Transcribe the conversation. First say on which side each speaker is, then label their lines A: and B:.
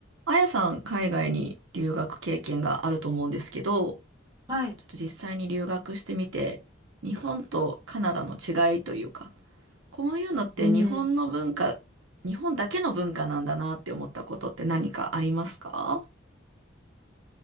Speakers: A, on the right (about 80°); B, on the right (about 20°).
A: あやさん、海外に留学経験があると思うんですけど、
B: はい。
A: ちょっと実際に留学してみて、日本とカナダの違いというか、こういうのって日本の文化、
B: うん。
A: 日本だけの文化なんだなって思ったことって何かありますか